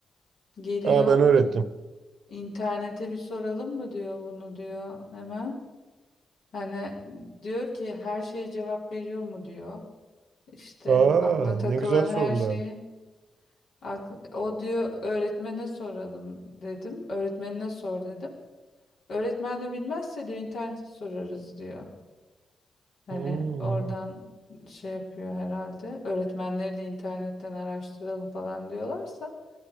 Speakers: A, on the left; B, on the right.
A: geliyor
B: Aa, ben öğrettim.
A: in- internete bir soralım mı diyor bunu diyor hemen. Hani diyor ki her şeye cevap veriyor mu diyor. İşte
B: Aa,
A: aklına takılan
B: ne güzel
A: her
B: sorular.
A: şeyi ak- o diyor öğretmene soralım dedim. Öğretmenine sor dedim. Öğretmen de bilmezse diyor internete sorarız diyor. Hani
B: Hmm,
A: oradan şey yapıyor herhalde. Öğretmenleri de internetten araştıralım falan diyorlarsa